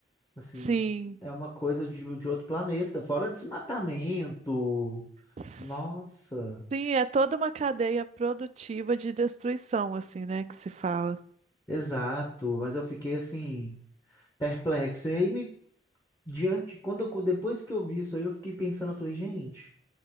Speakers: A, on the left (about 15°); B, on the right (about 35°).
A: Assim,
B: Sim.
A: é uma coisa de, de outro planeta, fora desmatamento.
B: S-
A: Nossa,
B: Sim, é toda uma cadeia produtiva de destruição, assim, né, que se fala.
A: exato. Mas eu fiquei assim, perplexo. E aí me diante, quando eu- depois que eu vi isso aí, eu fiquei pensando, eu falei, gente.